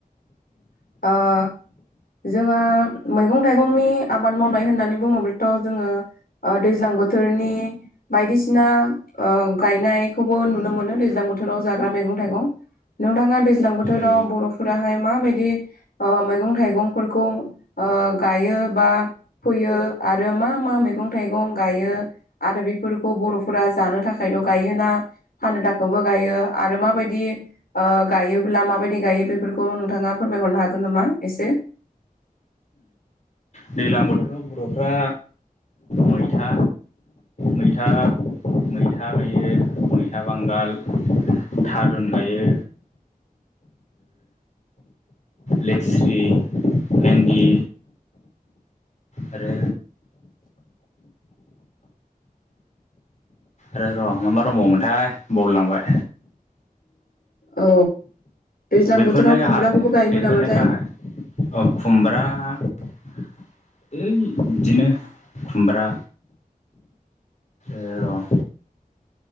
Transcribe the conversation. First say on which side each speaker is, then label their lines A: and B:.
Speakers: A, on the left; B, on the left.
A: आ जोङो मैगं थाइगंनि आबाद मावनाय होननानै बुङोब्लाथ' जोङो दैज्लां बोथोरनि बायदिसिना गायनायखौबो नुनो मोनो दैज्लां बोथोराव जाग्रा मैगं थाइगं नोंथाङा दैज्लां बोथोराव
B: औ
A: बर'फोराहाय माबायदि मैगं थाइगंफोरखौ गायो बा फैयो आरो मा मा मैगं थाइगं गायो आरो बेफोरखौ बर'फोरा जानो थाखायल' गायोना फानदाखौबो गायो आरो माबायदि गायोब्ला माबायदि गायो बेफोरखौ नोंथाङा फोरमायहरनो हागोन नामा एसे
B: दैज्लां बोथोराव बर'फ्रा मैथा मैथा मैथा गायो मैथा बांगाल थारुन गायो लेसि भन्दि आरो र र' मा मा दंबावोमोनथाय बावलांबाय
A: औ दैज्लां
B: बेफोरनो
A: बोथोराव
B: गाहाय
A: खुमब्राखौबो गायोमोन
B: बेफोरनो
A: नामाथाय
B: गाहाय खुमब्रा ओ बिदिनो खुमब्रा एं